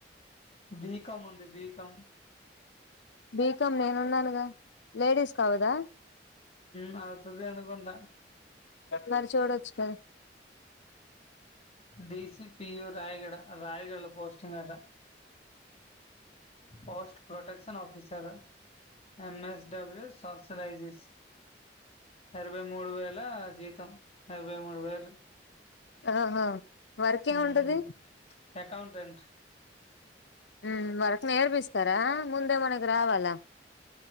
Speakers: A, on the left; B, on the left.
A: బీకామ్ ఉంది బీకామ్
B: బీకామ్ నేనున్నానుగా లేడీస్ కవదా
A: ఉ అవుతది అనుకొంట
B: మరి చూడొచ్చు క
A: డిసి పియు రయిగడ రయిగడలో పోస్టింగ్ అట post protection officer MS W సోషలైజీస్ ఇరవై మూడు వేల జీతం ఇరవై మూడు వేలు
B: ఆహా వర్క్ ఎం
A: మ్మ్
B: ఉంటది
A: అకౌంటెంట్
B: ఊ వరకు నేర్పిస్తారా ముందే మనకు రావాలా